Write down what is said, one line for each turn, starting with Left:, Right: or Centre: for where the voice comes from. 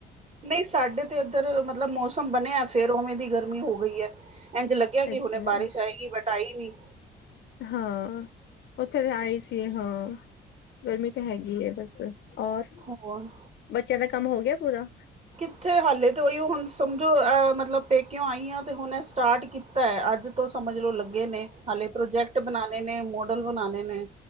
Right: ਨਹੀਂ ਸਾਡੇ ਤੇ ਇੱਧਰ ਮਤਲਬ ਮੌਸਮ ਬਣਿਆ ਫੇਰ ਉਵੇਂ ਦੀ ਗਰਮੀ ਹੋ ਗਈ ਹੈ ਇੰਝ ਲੱਗਦਾ ਲੱਗਿਆ ਕਿ
Left: ਅੱਛਾ
Right: ਹੁਣੇ ਬਾਰਿਸ਼ ਆਏਗੀ ਬਟ ਆਈ ਨੀ।
Left: ਹਾਂ ਉੱਥੇ ਤਾਂ ਆਈ ਸੀ ਹਾਂ। ਗਰਮੀ ਤਾਂ ਹੈਗੀ ਹੈ ਬਸ ਔਰ
Right: ਹੋਰ
Left: ਬੱਚਿਆਂ ਦਾ ਕੰਮ ਹੋ ਗਿਆ ਪੂਰਾ।
Right: ਕਿੱਥੇ ਹਾਲੇ ਤੋਂਹੀ ਹੁਣ ਸਮਝੋ ਅ ਮਤਲਬ ਪੇਕਿਉਂ ਆਈ ਆ ਤੇ ਹੁਣ ਇਹ ਸਟਾਰਟ ਕੀਤਾ ਹੈ ਅੱਜ ਤੋਂ ਸਮਝ ਲੋਓ ਲੱਗੇ ਨੇ ਹਾਲੇ ਪ੍ਰੋਜੈਕਟ ਬਣਾਉਣੇ ਨੇ, ਮੋਡਲ ਬਣਾਉਣੇ ਨੇ।